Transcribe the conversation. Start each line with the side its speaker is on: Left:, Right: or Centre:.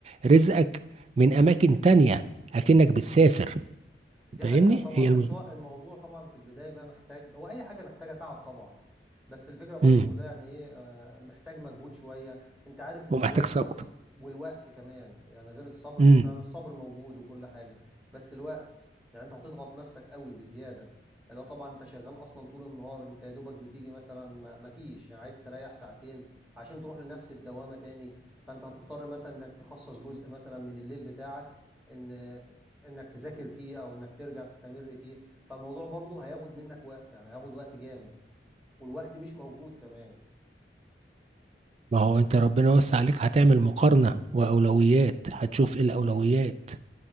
Right: رزقك من اماكن تانية اكنك بتسافر
Centre: دي
Right: فاهمني
Centre: حقيقة طبعا
Right: هي الم...
Centre: بس هو الموضوع طبعا في البداية بقى محتاج هو أي حاجة محتاجة تعب طبعا بس الفكرة برضو
Right: مم.
Centre: كلها يعني إيه آه، محتاج مجهود شوية أنت عارف إن
Right: ومحتاج
Centre: الوقت
Right: صبر
Centre: أصلا والوقت كمان يعني غير الصبر
Right: مم.
Centre: إحنا الصبر موجود وكل حاجة بس الوقت يعني أنت هتضغط نفسك قوي بزيادة اللي هو طبعا أنت شغال أصلا طول النهار أنت يا دوبك بتيجي مثلا ما ما فيش يعني عايز تريح ساعتين عشان تروح لنفس الدوامة تاني فأنت هتضطر مثلا إنك تخصص جزء مثلا من الليل بتاعك ان انك تذاكر فيه او انك ترجع تستمر فيه فالموضوع برضه هياخد منك وقت يعني هياخد وقت جامد والوقت مش موجود كمان
Right: ما هو انت ربنا وسع عليك هتعمل مقارنة واولويات هتشوف ايه الاولويات